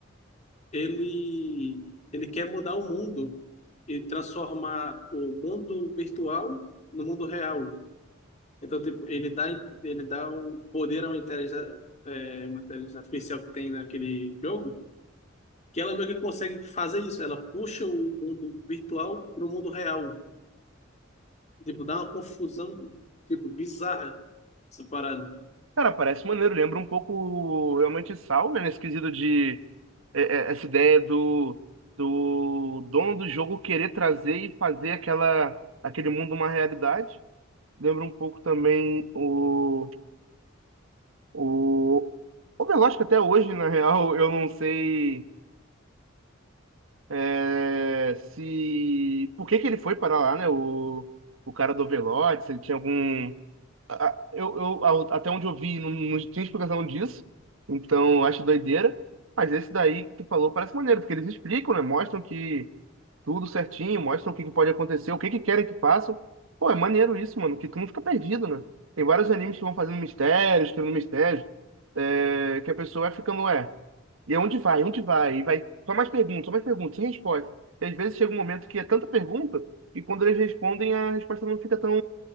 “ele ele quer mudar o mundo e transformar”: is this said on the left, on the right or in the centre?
Left